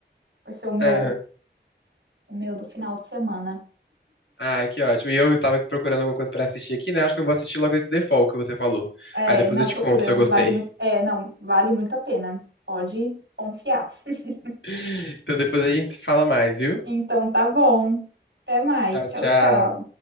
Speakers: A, on the right; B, on the left.
A: vai ser o meu,
B: Aham.
A: o meu do final de semana.
B: Ah, que ótimo. E eu tava procurando alguma coisa pra assistir aqui, né? Acho que eu vou assistir logo esse default que você falou.
A: É,
B: Aí depois
A: não,
B: eu te
A: procura,
B: conto se eu gostei.
A: vale muito, é, não, vale muito a pena. Pode confiar. <laughs>
B: <laughs> Então depois a gente se fala mais, viu?
A: Então, tá bom. Até mais.
B: Tchau,
A: Tchau,
B: tchau.
A: tchau.